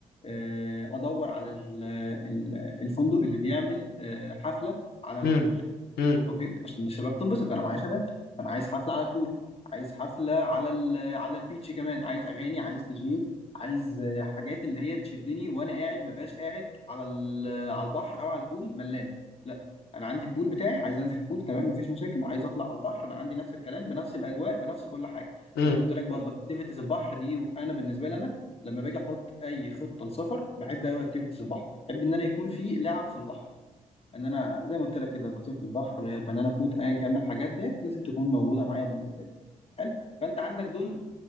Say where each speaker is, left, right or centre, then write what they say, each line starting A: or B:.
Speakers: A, on the left; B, on the left.
A: آه، ادور على ال- ال- الفندق اللي بيعمل آه، حفلة على البول
B: امم امم
A: اوكي عشان الشباب تنبسط انا معايا شباب انا عايز حفله على البول عايز حفله على ال على البيتش كمان عايز اغاني عايز دي جي عايز آه، حاجات اللي هي تشدني وانا قاعد ما بقاش قاعد على ال- على البحر او على البول ملان لا انا عندي البول بتاعي عايز انزل البول تمام مفيش مشاكل عايز اطلع على البحر انا عندي نفس الكلام بنفس الاجواء بنفس كل حاجه
B: امم
A: زي ما قلت لك برضه اكتيفيتيز البحر دي انا بالنسبه لي انا لما باجي احط اي خطه لسفر بحب قوي اكتيفيتيز البحر بحب ان انا يكون في لعب في البحر ان انا زي ما قلت لك كده بطيخه البحر بنانا كوت ايا كان من الحاجات ديت لازم تكون موجوده معايا بالنسبه لي حلو فانت عندك دول